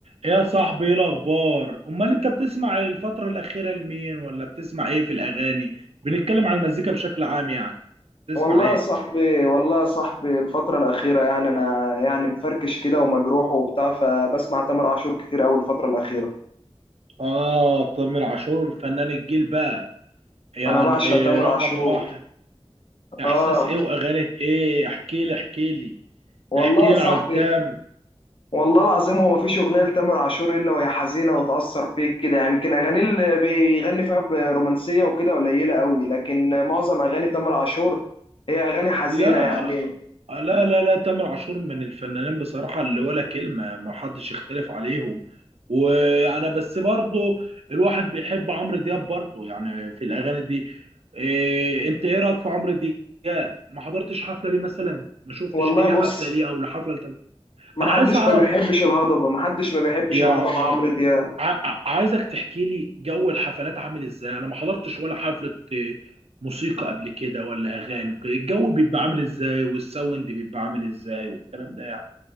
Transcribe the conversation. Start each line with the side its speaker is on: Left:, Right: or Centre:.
Right: يا صاحبي ايه الاخبار امال انت بتسمع الفتره الاخيره لمين ولا بتسمع ايه في الاغاني بنتكلم عن المزيكا بشكل عام يعني بتسمع
Left: والله
Right: ايه
Left: يا صاحبي والله يا صاحبي الفترة الأخيرة يعني أنا يعني مفركش كده ومجروح وبتاع فبسمع تامر عاشور كتير أوي الفترة الأخيرة
Right: اه تامر عاشور فنان الجيل بقى يعني
Left: أنا بعشق تامر
Right: رقم
Left: عاشور
Right: واحد احساس
Left: آه
Right: ايه واغاني ايه احكي لي احكي لي
Left: والله
Right: احكي
Left: يا صاحبي
Right: لي عن تامر
Left: والله العظيم هو مفيش أغنية لتامر عاشور إلا وهي حزينة وتأثر فيك كده يعني يمكن أغانيه اللي بيغني فيها برومانسية وكده قليلة أوي لكن معظم أغاني تامر عاشور هي أغاني حزينة
Right: لا
Left: يعني
Right: لا لا لا تامر عاشور من الفنانين بصراحة اللي ولا كلمة ما حدش يختلف عليهم ويعني بس برضو الواحد بيحب عمرو دياب برضو يعني في الأغاني دي إيه انت ايه رأيك في عمرو دياب ما حضرتش حفلة ليه مثلا ما شفتش
Left: والله
Right: اي
Left: بص
Right: حفلة ليه او لحفلة لتامر
Left: محدش
Right: انا عايز اعرف
Left: ما بيحبش الهضبة محدش ما بيحبش
Right: يعني
Left: الهضبة عمرو دياب
Right: ع- ع- عايزك تحكي لي جو الحفلات عامل ازاي انا ما حضرتش ولا حفلة آه، موسيقى قبل كده ولا اغاني وكده الجو بيبقى عامل ازاي والساوند بيبقى عامل ازاي والكلام ده يعني